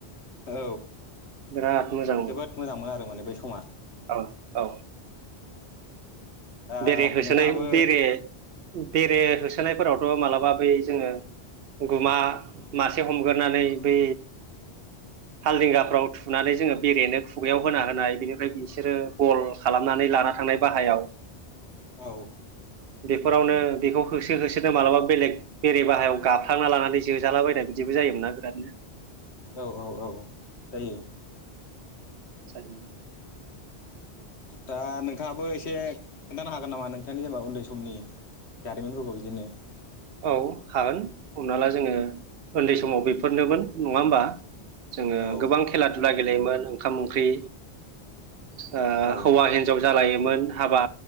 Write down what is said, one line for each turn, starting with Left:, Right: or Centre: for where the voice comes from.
Left: औ।
Right: बिराद मोजांमोन
Left: जोबोद मोजां मोनो आरो माने बै समा
Right: औ औ।
Left: दा
Right: बेरे होसोनाय
Left: नोंथाङाबो
Right: बेरे बेरे होसोनायफोरावथ' मालाबा बै जोङो गुमा मासे हमगोरनानै बै हालदिंगाफ्राव थु थुनानै जोङो बेरेनो खुगायाव होना होनाय बेनिफ्राय बिसोरो गल खालामनानै लाना थांनाय बाहायाव। <inaudible>
Left: औ।
Right: बेफोरावनो बेखौ होसो होसोनो मालाबा बेलेग बेरे बाहायाव गाफ्लांना लानानै जोजालाबायनाय बिद दिबो जायोमोनना बिरादनो।
Left: औ औ औ जायो।
Right: जानो।
Left: दा नोंथाङाबो एसे खोन्थानो हागोन नामा नोंथांनि जेनेबा उन्दै समनि जारिमिनफोरखौ बिदिनो
Right: औ हागोन हमना ला जोङो उन्दै समाव बेफोरनोमोन नङा होमबा? जोङो
Left: औ
Right: गोबां खेला दुला गेलेयोमोन ओंखाम ओंख्रि ओ
Left: औ
Right: हौवा हिन्जाव जालायोमोन हाबा